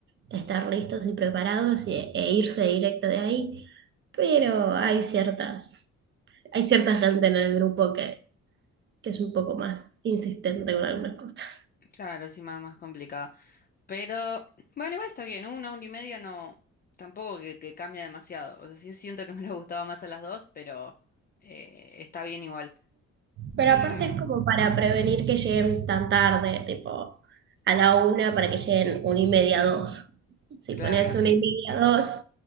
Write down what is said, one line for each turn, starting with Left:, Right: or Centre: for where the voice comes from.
Right: estar listos y preparados y- e irse directo de ahí. Pero hay ciertas, hay cierta gente en el grupo que, que es un poco más insistente con algunas cosas.
Left: Claro, sí, más, más complicada. Pero, bueno, igual está bien, una, una y media no, tampoco que, que cambia demasiado. O sea, sí siento que me hubiera gustado más a las dos, pero eh, está bien igual.
Right: Pero
Left: Y
Right: aparte es como para prevenir que lleguen tan tarde, tipo a la una para que lleguen una y media, dos. Si
Left: claro,
Right: pones
Left: sí,
Right: una y media, dos,